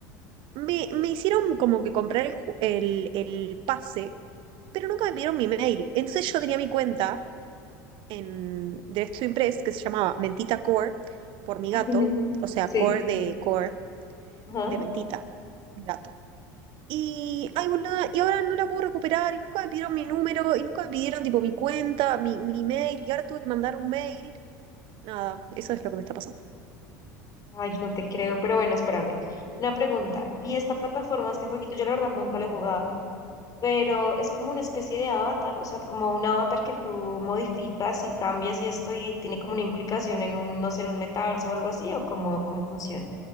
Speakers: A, on the right; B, on the left.
A: me, me hicieron como que comprar el, ju- el, el pase pero nunca me pidieron mi mail. Entonces yo tenía mi cuenta en, de Estudio Impress que se llamaba Mentita Core por mi
B: <laughs>
A: gato, o sea,
B: Sí,
A: Core de Core
B: ajá.
A: de Mentita, mi gato. Y, ay, boluda, y ahora no la puedo recuperar y nunca me pidieron mi número y nunca me pidieron tipo mi cuenta, mi, mi mail y ahora tuve que mandar un mail. Nada, eso es lo que me está pasando.
B: Ay, no te creo, pero bueno, espérame. Una pregunta. ¿Y esta plataforma, este jueguito, yo la verdad nunca lo he jugado, pero es como una especie de avatar, o sea, como un avatar que tú modificas y cambias y esto y tiene como una implicación en un, no sé, en un metaverso o algo así, o cómo, cómo funciona?